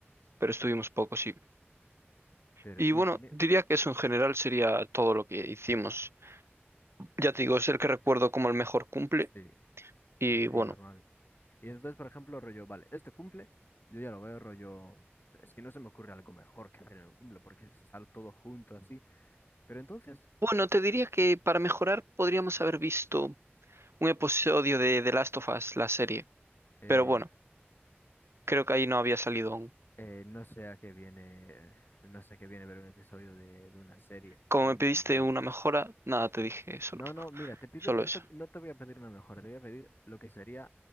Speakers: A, on the right; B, on the left.
A: pero estuvimos poco, sí.
B: pero
A: Y
B: tío,
A: bueno,
B: tiene,
A: diría que eso en general sería todo lo que hicimos. Ya te digo, es el que recuerdo como el mejor cumple.
B: sí,
A: Y
B: hostia,
A: bueno,
B: y normal. Y entonces, por ejemplo, rollo, vale, este cumple, yo ya lo veo rollo, es que no se me ocurre algo mejor que hacer en un cumple, porque es estar todo junto así. Pero entonces,
A: bueno, te diría que para mejorar podríamos haber visto un episodio de The Last of Us, la serie.
B: eh,
A: Pero bueno. Creo que ahí no había salido aún.
B: eh, no sé a qué viene, no sé a qué viene ver un episodio de, de una serie
A: Como
B: en
A: me
B: un
A: pediste
B: cumpleaños.
A: una mejora, nada, te dije solo,
B: No, no, mira, te pido,
A: solo
B: no
A: eso.
B: te, no te voy a pedir una mejora, te voy a pedir lo que sería